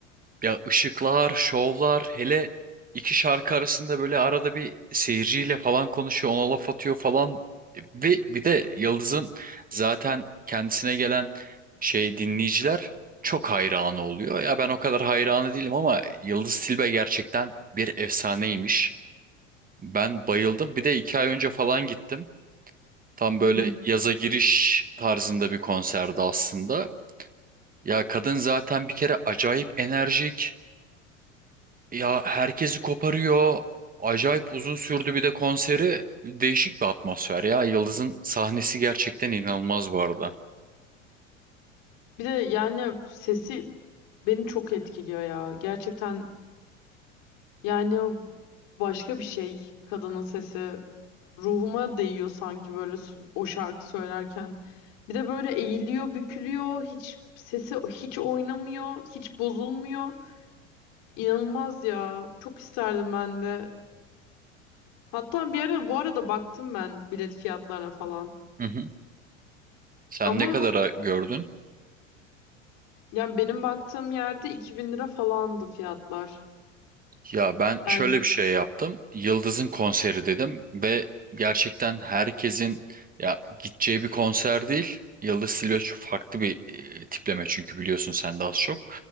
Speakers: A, on the right; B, on the left.
A: ya ışıklar, şovlar, hele iki şarkı arasında böyle arada bir seyirciyle falan konuşuyor, ona laf atıyor falan. Ve bir de Yıldız'ın zaten kendisine gelen şey dinleyiciler çok hayranı oluyor. Ya ben o kadar hayranı değilim ama Yıldız Silbe gerçekten bir efsaneymiş. Ben bayıldım. Bir de iki ay önce falan gittim. Tam böyle
B: Hı hı.
A: yaza giriş tarzında bir konserdi aslında. Ya kadın zaten bir kere acayip enerjik. Ya herkesi koparıyor. Acayip uzun sürdü bir de konseri. Değişik bir atmosfer ya. Yıldız'ın sahnesi gerçekten inanılmaz bu arada.
B: Bir de yani sesi beni çok etkiliyor ya. Gerçekten yani başka bir şey kadının sesi ruhuma değiyor sanki böyle su- o şarkı söylerken. Bir de böyle eğiliyor, bükülüyor. Hiç sesi hiç oynamıyor, hiç bozulmuyor. İnanılmaz ya. Çok isterdim ben de. Hatta bir ara bu arada baktım ben bilet fiyatlarına falan.
A: Hı hı. Sen
B: Ama
A: ne Ama kadara gördün?
B: yani benim baktığım yerde 2000 lira falandı fiyatlar.
A: Ya ben şöyle
B: Yani
A: bir şey yaptım. Yıldız'ın konseri dedim ve gerçekten herkesin ya gideceği bir konser değil. Yıldız Tilbe çok farklı bir e, tipleme çünkü biliyorsun sen de az çok.